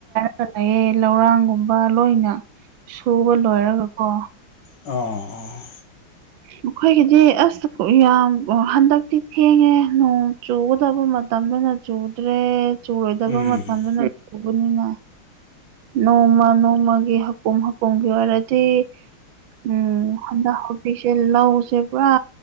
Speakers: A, on the right; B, on the left.
A: ꯆꯠꯂꯑꯦ ꯂꯧꯔꯥꯡꯒꯨꯝꯕ ꯂꯣꯏꯅ ꯁꯨꯕ ꯂꯣꯏꯔꯒꯀꯣ
B: ꯑꯣ ꯑꯣ
A: ꯃꯈꯣꯏꯒꯤꯗꯤ ꯑꯁ ꯌꯥꯝ ꯍꯟꯗꯛꯇꯤ ꯊꯦꯡꯉꯦ ꯅꯣꯡ ꯆꯨꯒꯗꯕ ꯃꯇꯝꯗꯨꯅ ꯆꯨꯗ꯭ꯔꯦ ꯆꯨꯔꯣꯏꯗꯕ
B: ꯎꯝ
A: ꯃꯇꯝꯗꯨꯅ ꯆꯨꯕꯅꯤꯅ ꯅꯣꯡꯃ ꯅꯣꯡꯃꯒꯤ ꯍꯀꯨꯝ ꯍꯀꯨꯝꯒꯤ ꯑꯣꯏꯔꯗꯤ ꯎꯝ ꯍꯟꯗꯛ ꯍꯕꯤꯛꯁꯦ ꯂꯧꯁꯦ ꯄꯨꯔꯥ